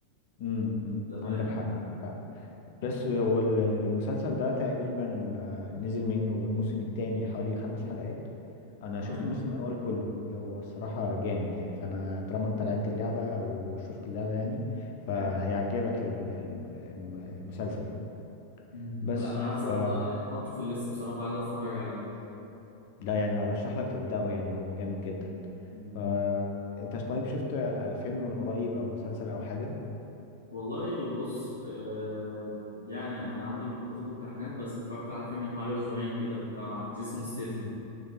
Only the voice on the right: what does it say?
أنت فاهم؟
تمام
طيب.
مم.
لا أنا عايز
أتف- أحطه في الليست بصراحة عايز أتفرج عليه
مم.
والله بص آه يعني أنا عندي فترة امتحانات بس اتفرجت على فيلم من حوالي أسبوعين كده بتاع جيسون ستيثم